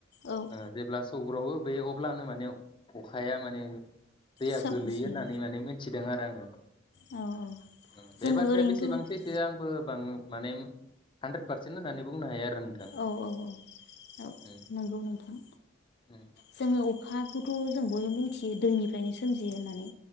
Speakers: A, on the left; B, on the left.
A: औ
B: ओ जेब्ला सौग्रावो बे अब्लानो माने अखाया माने दैया
A: सोमजियो
B: गोलैयो होननानै माने मिथि दों आरो आङो।
A: औ
B: ओ बे
A: जोङो
B: बाथ्राया
A: ओरैनोथ'
B: बेसेबां
A: औ
B: सैथो आंबो बां माने हानद्रेद फारसेन होननानै बुंनो हाया। आरो नोंथां
A: औ औ औ। औ
B: उम
A: नंगौ नोंथां
B: उम
A: जोङो अखाखौथ' <unintelligible> जों बयबो मि थियो दैनिफ्रायनो सोमजियो होननानै